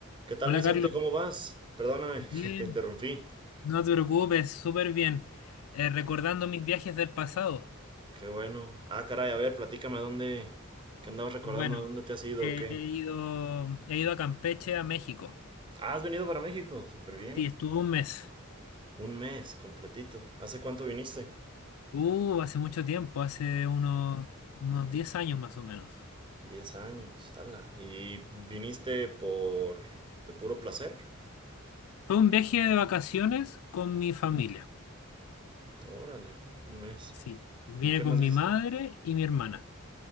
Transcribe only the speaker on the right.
¿Qué tal,
Vicente?
¿Cómo vas? Perdóname,
<laughs> te interrumpí.
Qué,
qué bueno. Ah, caray, a ver, platícame dónde. ¿Qué andabas recordando?
¿Dónde te has ido
o qué?
Ah, has venido para México. Súper bien.
Un mes completito. ¿Hace cuánto viniste?
Diez años, ala. ¿Y viniste por. de puro placer?
Órale, un mes.
¿Y qué
más vis...